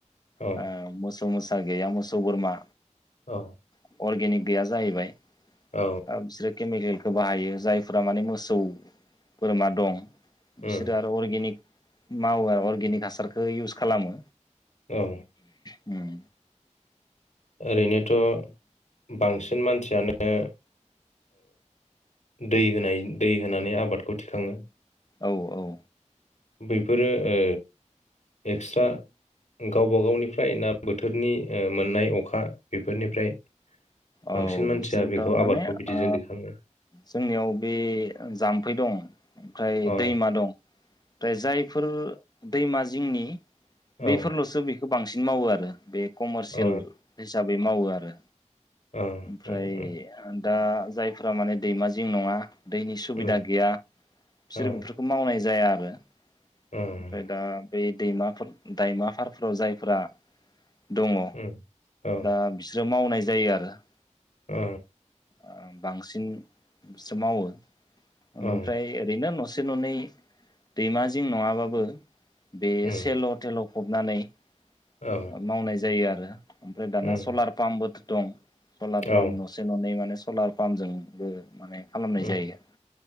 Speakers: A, on the left (about 65°); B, on the left (about 30°).
A: औ
B: आ मोसौ मोसा गैया मोसौ, बोरमा
A: औ
B: <unintelligible> अर्गेनिक गैया जाहैबाय
A: औ
B: आ बिसोर केमिकेल बायो जायफोरा माने मोसौ बोरमा दं बिसोरो
A: उम
B: आरो अर्गेनिक मावो आरो अर्गेनिक हासारखौ इउस खालामो
A: औ
B: उम
A: ओरैनो थ' बांसिन मानसियानो दै होनाय दै होनानै आबादखौ थिखाङो
B: औ-औ
A: बैफोरो ओ एक्सट्रा गावबा गावनिफ्राय ना बोथोरनि ओ मोननाय अखा बेफोरनिफ्राय
B: औ
A: बांसिन मानसिया
B: बिसोर
A: बेखौ
B: टारमाने
A: आबादखौ बिदिजों
B: ओ
A: दिखाङो
B: जोंनियाव बे ओ जाम्फै दं। ओमफ्राय
A: औ
B: दैमा दं। फ्राय जायफोर दैमा जिंनि
A: औ
B: बैफोरल'सो बेख खौ बांसिन मावो आरो बे कमारसियेल
A: औ
B: हिसाब बे मावो आरो
A: औ
B: ओमफ्राय
A: उम उम
B: आन दा जायफ्रा माने दैमा जिं नङा दैनि सुबिदा
A: उम
B: गैया बिसोरो
A: औ
B: बेफोरखौ मावनाय जाया आर बा ओमफ्राय
A: उम
B: दा बे दैमाफोर दायमा फारफोराव जायफोरा दङ
A: उम औ
B: दा बिसरोम मावनाय जायो आरो <inaudible>
A: अ
B: ओम बांसिन सोमावो ओमफ्राय
A: औ
B: ओरैनो नस से ननै दैमा जिं नङाबाबो बे
A: उम
B: सेल हटेलाव फबनानै ओ
A: औ
B: मावनाय ज जायो आरो ओमफ्राय दाना
A: उम
B: सलार पाम बो दं सलार
A: औ
B: पाम्प नसे ननै मानोस सलार पाम्पजोंबो माने खालामनाय
A: उम
B: जायो